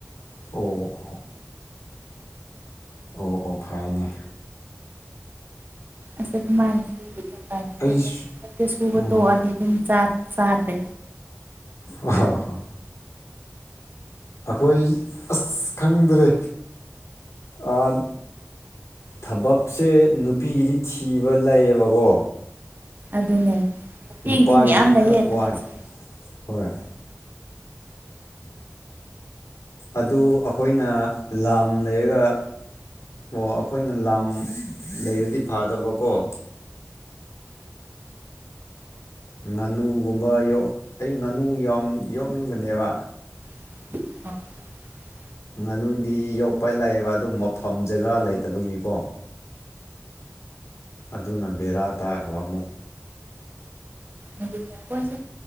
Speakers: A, on the left; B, on the right.
A: ꯑꯣ꯫ ꯑꯣ ꯑꯣ ꯐꯩꯌꯦꯅꯦ
B: ꯑꯁ ꯑꯗꯨꯃꯥꯏꯅ <unintelligible>
A: ꯑꯩꯁꯨ
B: ꯁꯨꯕ
A: ꯎꯝ
B: ꯇꯣꯛꯑꯗꯤ ꯑꯗꯨꯝ ꯆꯥꯛ ꯆꯥꯗ꯭ꯔꯦ꯫
A: ꯑꯣ ꯑꯩꯈꯣꯏ ꯑꯁ ꯈꯪꯗ꯭ꯔꯦ ꯑꯥ ꯊꯕꯛꯁꯦ ꯅꯨꯄꯤꯒꯤꯗꯤ ꯊꯤꯕ ꯂꯩꯌꯦꯕꯀꯣ
B: ꯑꯗꯨꯅꯦ꯫ ꯅꯨꯄꯤꯒꯤꯗꯤ
A: ꯅꯨꯄꯥꯒꯤꯗꯤ
B: ꯃꯌꯥꯝ ꯂꯩꯌꯦ
A: ꯈꯔꯛ
B: ꯊꯕꯛꯁꯦ
A: ꯋꯥꯏ ꯍꯣꯏ꯫ ꯑꯗꯨ ꯑꯩꯈꯣꯏꯅ ꯂꯥꯝ ꯂꯩꯔꯒ ꯑꯣ ꯑꯩꯈꯣꯏꯅ ꯂꯥꯝ ꯂꯩꯔꯗꯤ ꯐꯥꯗꯧꯕꯀꯣ ꯉꯥꯅꯨꯒꯨꯝꯕ ꯌꯣꯛ ꯑꯩ ꯉꯥꯅꯨ ꯌꯥꯝ ꯌꯣꯛꯅꯤꯡꯕꯅꯦꯕ
B: <unintelligible>
A: ꯉꯥꯅꯨꯗꯤ ꯌꯣꯛꯄ ꯂꯥꯏꯌꯦꯕ ꯑꯗꯨ ꯃꯐꯝ ꯖꯒꯥ ꯂꯩꯇꯕꯒꯤꯀꯣ ꯑꯗꯨꯅ ꯕꯦꯔꯥ ꯇꯥꯈ꯭ꯔꯕ ꯑꯃꯨꯛ꯫
B: ꯑꯗꯨ <unintelligible> ꯑꯈꯣꯏꯁꯦ